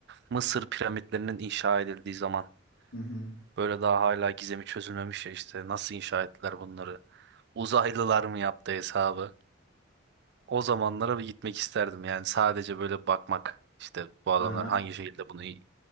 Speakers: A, on the right; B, on the left.
A: Mısır piramitlerinin inşa edildiği zaman
B: Hı hı.
A: böyle daha hala gizemi çözülmemiş ya işte nasıl inşa ettiler bunları? Uzaylılar mı yaptı hesabı? O zamanlara bir gitmek isterdim yani sadece böyle bakmak işte bu adamlar
B: Aha.
A: hangi şekilde bunu i-